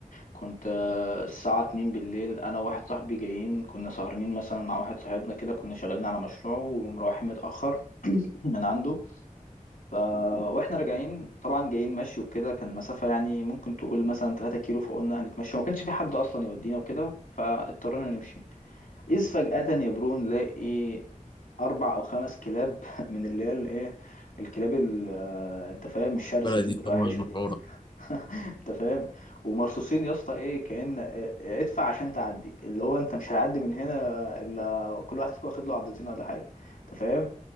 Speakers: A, on the left; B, on the left.
A: كنت آه، الساعه 2 بالليل انا وواحد صاحبي جايين كنا سهرانين مثلا مع واحد صاحبنا كده كنا شغالين على مشروع ومروحين متاخر <coughs> <clears throat> من عنده ف... واحنا راجعين طبعا جايين مشي وكده كان المسافه يعني ممكن تقول مثلا 3 كيلو فقلنا هنتمشى وما كانش في حد اصلا يودينا وكده فاضطرينا نمشي اذ فجاه يا برو نلاقي اربع او خمس كلاب <laughs> من اللي هي الايه الكلاب ال- آه، انت فاهم الشرسه
B: بلدي
A: دي المتوحشه
B: طموح المشعوره
A: دي انت فاهم ومرصوصين يا اسطى ايه كأن اه، ادفع عشان تعدي اللي هو انت مش هتعدي من هنا الا كل واحد فيكم واخد له عضتين ولا حاجه انت فاهم